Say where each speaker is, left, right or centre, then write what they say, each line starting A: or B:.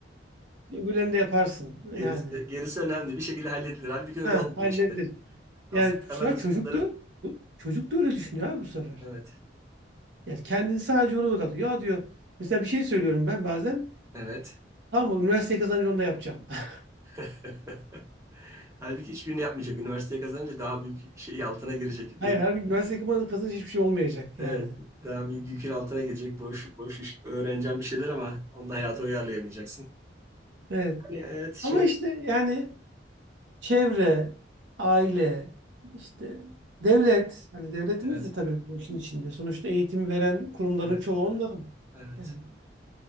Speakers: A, on the right; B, on the right.
A: öbürlerini de yaparsın
B: <laughs> Gerisi,
A: yani.
B: gerisi önemli. Bir şekilde halledilir. Halbuki öyle
A: Ha
B: olmuyor
A: halledilir.
B: işte. Asıl
A: Yani bu
B: temel
A: sefer
B: hususların
A: çocuk da çocuk da öyle düşünüyor abi bu sefer.
B: evet.
A: Yani kendini sadece ona odaklıyor. Ya diyor mesela bir şey söylüyorum ben bazen.
B: Evet.
A: Tamam mı? üniversiteyi kazanınca onu da yapacağım. <laughs>
B: <laughs> Halbuki hiçbirini yapmayacak. Üniversiteyi kazanınca daha büyük şey altına girecek.
A: Hayır,
B: Belli.
A: halbuki üniversiteyi kazanınca hiçbir şey olmayacak
B: Evet,
A: yani.
B: daha büyük yükün altına girecek. Boş boş iş. Öğreneceğim bir şeyler ama onu da hayata uyarlayamayacaksın.
A: Evet.
B: Hani evet şey
A: Ama işte yani Çevre, aile, işte devlet. Hani devletimiz
B: evet
A: de tabii bu işin içinde. Sonuçta eğitim veren kurumların
B: evet
A: çoğu onların.
B: evet.
A: Yani